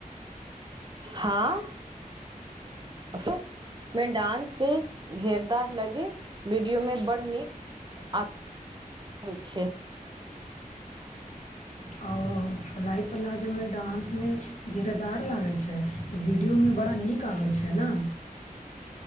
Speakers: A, on the right; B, on the left.
A: हँ, अफ में डान्स से घेरदार लगे, वीडियोमे बड़ नीक। आबै छै।
B: ओ। फलाइ प्लाजोमे डान्समे, घिरदार लागै छै। तऽ वीडियोमे बड़ा नीक आबै छै ने।